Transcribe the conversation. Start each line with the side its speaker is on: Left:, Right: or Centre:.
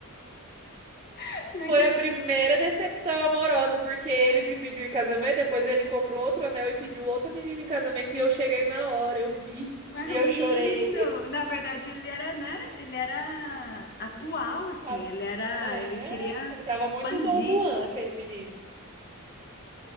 Left: <laughs> não
Right: Foi
Left: acredito.
Right: a primeira decepção amorosa, porque ele me pediu em casamento, depois ele comprou outro anel e pediu outra menina em casamento, e eu cheguei na hora, eu vi
Left: Mas,
Right: e eu
Left: menino,
Right: chorei. <laughs>
Left: na verdade, ele era, né? Ele era atual, assim.
Right: Tá?
Left: Ele era,
Right: É,
Left: ele queria
Right: ele tava
Left: expandir.
Right: muito Dom Juan, aquele menino.